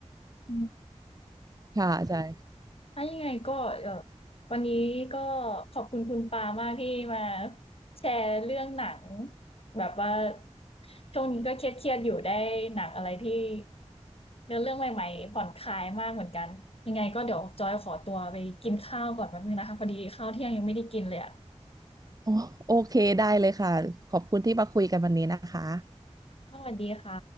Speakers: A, on the left; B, on the right.
A: อืม
B: ๆค่ะใช่
A: ถ้ายังไงก็เอ่อวันนี้ก็ขอบคุณคุณปามากที่มาแชร์เรื่องหนังแบบว่าช่วงนี้ก็เครียดๆอยู่ได้หนังอะไรที่เนื้อเรื่องใหม่ๆผ่อนคลายมากเหมือนกันยังไงก็เดี๋ยวจอยขอตัวไปกินข้าวก่อนแป๊บนึงนะคะพอดีข้าวเที่ยงยังไม่ได้กินเลยอ่ะ
B: โอโอเคได้เลยค่ะขอบคุณที่มาคุยกันวันนี้นะคะ
A: สวัสดีค่ะ